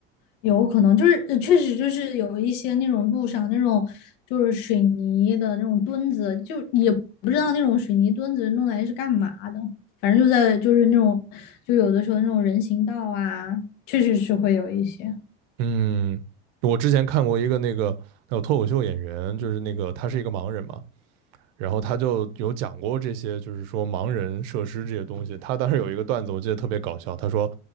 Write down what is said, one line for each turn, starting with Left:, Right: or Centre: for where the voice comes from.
Left: 有可能就是呃确实就是有一些那种路上那种就是水泥的那种墩子，就也不知道那种水泥墩子弄来是干嘛的，反正就在就是那种就有的时候那种人行道啊，确实是会有一些
Right: 嗯，我之前看过一个那个那个脱口秀演员，就是那个他是一个盲人嘛，然后他就有讲过这些，就是说盲人设施这些东西。他当时有一个段子，我记得特别搞笑。他说，